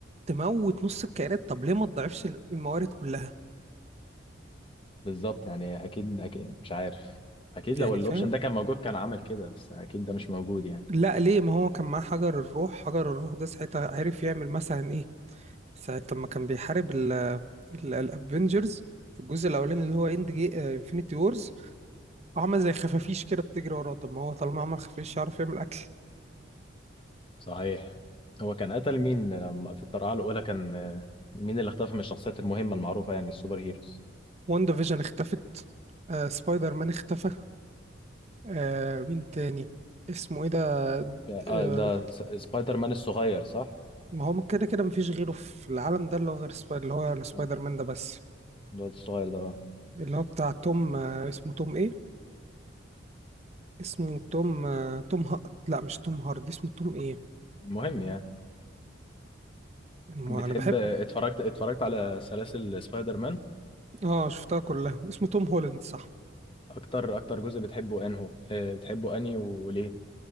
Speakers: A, on the right; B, on the left.
A: تموت نص الكائنات طب ليه ما تضعفش الموارد كلها
B: بالظبط يعني أكيد أكيد مش عارف أكيد
A: يعني
B: لو الأوبشن
A: فاهم
B: ده كان موجود كان عمل كده بس أكيد ده مش موجود يعني
A: لا ليه ما هو كان معاه حجر الروح حجر الروح ده ساعتها عرف يعمل مثلا ايه ساعة لما كان بيحارب الافنجرز في الجزء الاولاني اللي هو اند جي انفينيتي وورز عمل زي خفافيش كده بتجري وراه طب ما هو طالما عمل خفافيش يعرف يعمل اكل
B: صحيح هو كان قتل مين لما في الطرقعة الأولى كان آه، مين اللي اختفى من الشخصيات المهمة المعروفة يعني السوبر هيروز
A: واندا فيجن اختفت آه سبايدر مان اختفى آه مين تاني اسمه ايه ده
B: آه
A: آه
B: ده س- سبايدر مان الصغير صح؟
A: ما هو كده كده مفيش غيره في العالم ده اللي هو غير سبا- اللي هو سبايدر
B: آه،
A: مان ده بس
B: الواد الصغير ده آه.
A: اللي هو بتاع توم آه، اسمه توم ايه اسمه توم آه، توم ها... لا مش توم هاردي اسمه توم ايه
B: المهم يعني
A: الم-
B: بتحب
A: انا بحب
B: اتفرجت اتفرجت على سلاسل سبايدر مان
A: اه شفتها كلها اسمه توم هولاند صح
B: أكتر أكتر جزء بتحبه أنهو آه، بتحبه أنهي وليه؟